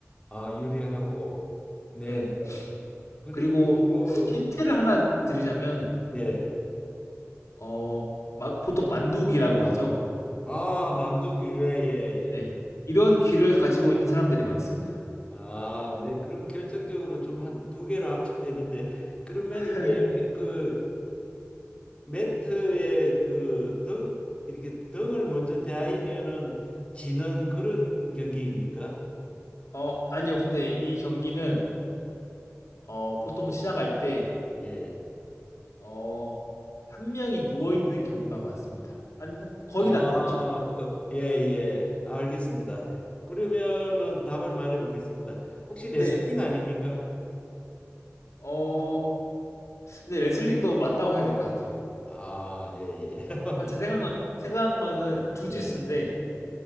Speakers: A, on the left; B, on the left.
A: 아 유리하고 네네.
B: 예.
A: 그리고
B: 그리고 힌트를 하나 드리자면
A: 네.
B: 어, 마, 보통 만두기라고 하죠.
A: 아 만두기 예 예, 예.
B: 네. 이런 귀를 가지고 있는 사람들이 많습니다.
A: 아, 네. 그럼 결정적으로 좀 한 두 개로 압축되는데 그러면
B: <laughs>
A: 이게 그 매트에 그 등 이렇게 등을 먼저 대하면은 지는 그런 경기입니까?
B: 어, 아니요. 근데 이 경기는 어, 보통 시작할 때
A: 예.
B: 어, 한 명이 누워 있는 경우가 많습니다. 아니 뭐 거의
A: 아, 어,
B: 다 그렇죠.
A: 예, 예. 알겠습니다. 그러면은
B: 네.
A: 답을 말해 보겠습니다. 혹시 레슬링
B: 네.
A: 아닙니까?
B: 어 근데 레슬링도 맞다고 해야 될 것 같아요.
A: 아, 예, 예. <laughs>
B: 아 제 생각은 생각한 거는 주짓수인데
A: 예.